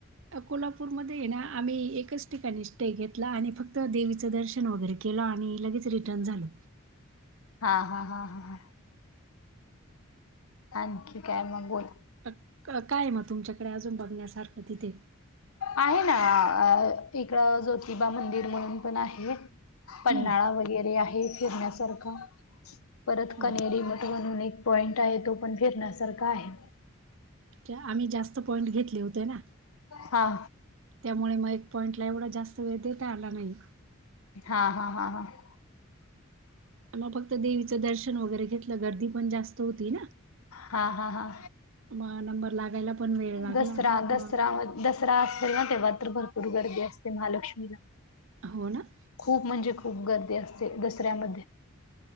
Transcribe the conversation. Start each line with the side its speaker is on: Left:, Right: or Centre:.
Right: कोल्हापूरमध्ये आहे ना आम्ही एकच ठिकाणी स्टे घेतला आणि फक्त देवीचं दर्शन वगैरे केलं आणि लगेच रिटर्न झालो.
Left: हा हा हा हा हा. आणखी काय मग बोल
Right: अ काय मग तुमच्याकडे अजून बघण्यासारखं तिथे.
Left: आहेना इकड ज्योतिबा मंदिर म्हणून पण आहे. पन्हाळा
Right: हं,
Left: वगैरे आहे फिरण्यासारखा परत
Right: हं.
Left: कनेरी मठ म्हणून एक पॉइंट आहे तो पण फिरण्यासारखा आहे.
Right: ज्या आम्ही जास्त पॉईंट घेतले होते ना.
Left: हा.
Right: त्यामुळे मग एक पॉईंटला एवढा जास्त वेळ देता आला नाही.
Left: हा हा हा हा.
Right: मग फक्त देवीचं दर्शन वगैरे घेतलं गर्दी पण जास्त होती ना.
Left: हा हा हा.
Right: म नंबर लागायला पण वेळ लागला.
Left: दसरा दसरा
Right: मग
Left: दसरा असेल ना तेव्हा रात्रभर भरपूर गर्दी असते महालक्ष्मीला.
Right: हो ना.
Left: खूप म्हणजे खूप गर्दी असते दसऱ्यामध्ये.